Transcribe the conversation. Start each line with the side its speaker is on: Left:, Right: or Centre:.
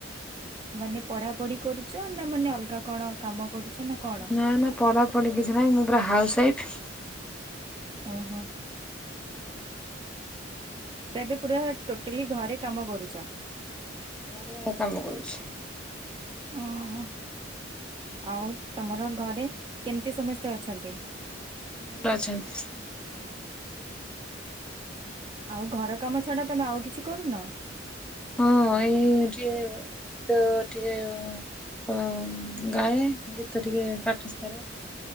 Right: ମାନେ ପଢା ପଢି କରୁଚ ନା ମାନେ ଅଲଗା କଣ? କାମ କରୁଛ ନା କ
Centre: ନା ନା ପଢାପଢି କିଛି ନାହିଁ, ମୁଁ ପୁରା ହାଉସ ୱାଇଫ।
Right: ଓହୋ। ତ ଏବେ ପୁରା ଟୋଟାଲି ଘରେ କାମ କରୁଚ।
Centre: ଘରେ କାମ କରୁଚି।
Right: ଓହୋ। ଆଉ ତମର ଘରେ କେମିତି ସମସ୍ତେ ଅଛନ୍ତି?
Centre: ଭଲ ଅଛନ୍ତି।
Right: ଆଉ ଘର କାମ ଛଡା ତମେ ଆଉ କିଛି କରୁନ।
Centre: ହଁ ଏଇ ହଉଚି ଗୀତ ଟିକେ ଉଁ ଅଁ ଗାଏ ଗୀତ ଟିକେ ପ୍ରାଟିସ୍ କରେ।